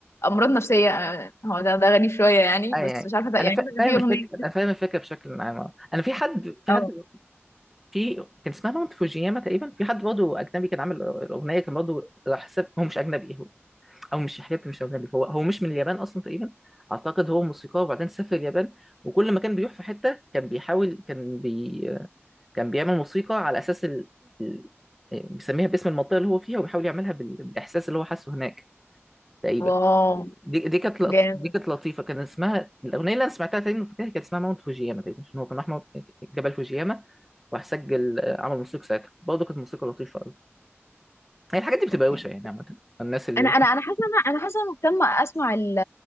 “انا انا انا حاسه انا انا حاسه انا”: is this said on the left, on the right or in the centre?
Left